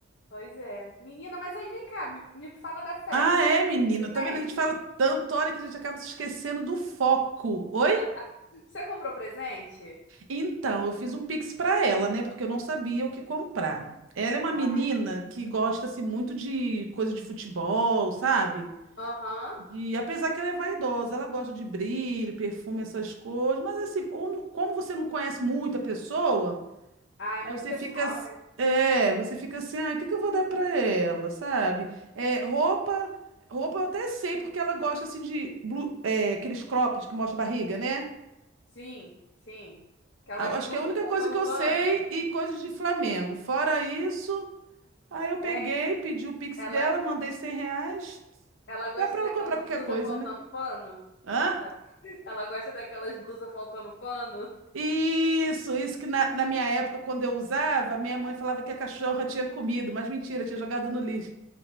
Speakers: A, on the left (about 60°); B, on the right (about 85°).
A: Pois é. Menina, mas aí vem cá, me me fala da festa.
B: Ah, é,
A: Tu comprou
B: menina.
A: presente?
B: Tá vendo? A gente fala tanto, hora que a gente acaba se esquecendo do foco. Oi?
A: <laughs> Você comprou presente?
B: Então, eu fiz um pix para ela, né? Porque eu não sabia o que comprar. Ela é uma
A: Ai.
B: menina que gosta assim, muito de coisa de futebol, sabe?
A: Aham.
B: De, apesar que ela é vaidosa, ela gosta de brilho, perfume, essas coisas. Mas assim, quando- como você não conhece muito a pessoa,
A: Ah, é muito
B: aí você
A: pessoal,
B: fica, ass-
A: né?
B: é, você fica assim, ah, o que que eu vou dar para ela, sabe? É, roupa, roupa eu até sei porque ela gosta assim de blu- é, aqueles cropped que mostra a barriga, né?
A: Sim, sim. Aquelas
B: Ah, Acho
A: blusas
B: que é a única
A: faltando
B: coisa que eu
A: pano.
B: sei e coisas de Flamengo. Fora isso, aí eu peguei,
A: Hein?
B: pedi o Pix
A: Ela,
B: dela, mandei 100 reais.
A: ela gosta
B: Dá para
A: daquelas
B: ela comprar qualquer
A: blusas
B: coisa,
A: faltando
B: né?
A: pano?
B: Hã?
A: <laughs> Ela gosta daquelas blusas faltando pano?
B: Isso, isso que na, na minha época, quando eu usava, minha mãe falava que a cachorra tinha comido, mas mentira, tinha jogado no lixo.